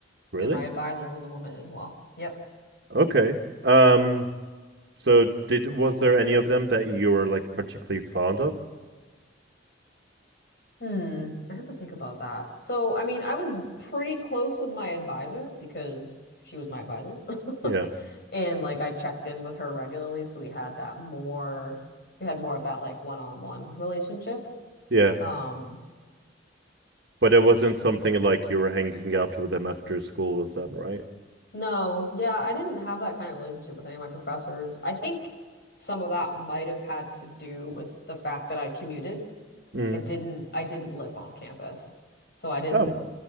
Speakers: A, on the right; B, on the left.
A: Really?
B: And my advisor was a woman as well. Yep.
A: Okay. Um, so did was there any of them that you were like particularly fond of?
B: Hmm, I have to think about that. So, I mean, I was pretty close with my advisor because she was my advisor. <laughs>
A: Yeah.
B: And like I checked in with her regularly, so we had that more we had more of that like one-on-one relationship.
A: Yeah.
B: Um,
A: But it wasn't something like you were hanging out with them after school was done, right?
B: no, yeah, I didn't have that kind of relationship with any of my professors. I think some of that might have had to do with the fact that I commuted.
A: Mm.
B: I didn't I didn't live on campus. So I didn't
A: Oh.